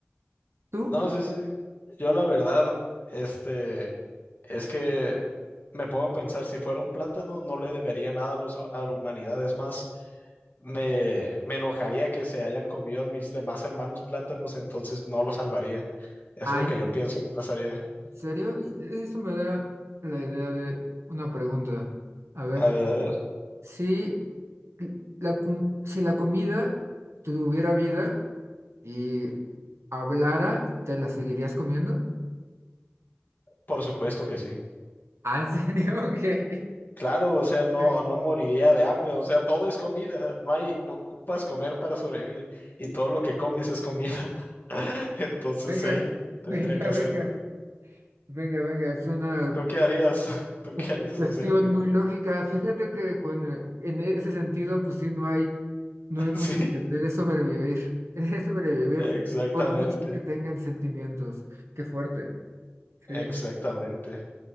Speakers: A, on the right; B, on the left.
A: ¿Tú?
B: no, sí, sí. Yo la verdad, este, es que me pongo a pensar, si fuera un plátano, no le debería nada a, los- a la humanidad. Es más, me, me enojaría que se hayan comido a mis demás hermanos plátanos, entonces no los salvaría. Es
A: Ay,
B: lo que yo pienso que pasaría.
A: ¿en serio? Es- es- Eso me da la idea de una pregunta. A ver,
B: A ver, a ver.
A: si la, com- si la comida tuviera vida y hablara, ¿te la seguirías comiendo?
B: Por supuesto que sí.
A: Ah, ¿en serio? <laughs>
B: Claro, o sea, no,
A: ¿Qué?
B: no moriría de hambre, o sea, todo es comida, no hay, ocupas comer para sobrevivir y todo lo que comes es comida, <laughs> entonces
A: Venga,
B: sí,
A: <laughs> venga,
B: tendría que hacerlo.
A: venga, venga, venga, es una
B: ¿Tú qué harías? <laughs> ¿Tú
A: cu-
B: qué harías?
A: cuestión
B: O sea, dime.
A: muy lógica. Fíjate que con, eh, en ese sentido, pues sí, no hay,
B: <laughs>
A: no hay mucho
B: Sí,
A: que hacer, es sobrevivir, <laughs> es sobrevivir
B: exactamente,
A: por mucho que tengan sentimientos. Qué fuerte,
B: exactamente.
A: sí. ¿eh?